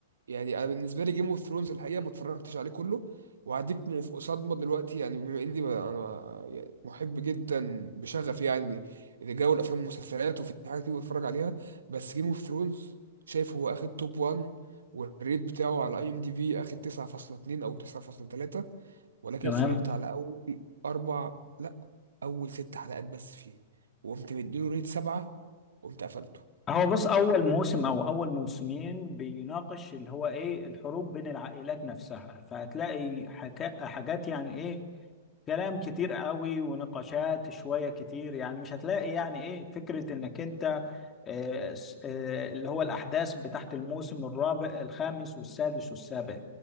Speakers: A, on the right; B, on the left.
A: يعني انا بالنسبه لي جيم اوف ثرونز الحقيقه ما اتفرجتش عليه كله وهديك مف- صدمه دلوقتي يعني بما اني ب- انا يعني محب جدا بشغف يعني لجو الافلام والمسلسلات وفي حاجات كتير بتفرج عليها بس جيم اوف ثرونز شايف هو اخد توب 1 والريت بتاعه على اي ام دي بي اخد 9.2 او 9.3 ولكن
B: تمام
A: اتفرجت على اول اربع لا اول ست حلقات بس فيه وقمت مديله ريت سبعة وقمت قفلته
B: هو بص اول موسم او اول موسمين بيناقش اللي هو ايه الحروب بين العائلات نفسها فهتلاقي حكا... حاجات يعني ايه كلام كتير قوي ونقاشات شوية كتير يعني مش هتلاقي يعني ايه فكرة انك انت آه، س- آه، اللي هو الأحداث بتاعت الموسم الرابع الخامس والسادس والسابع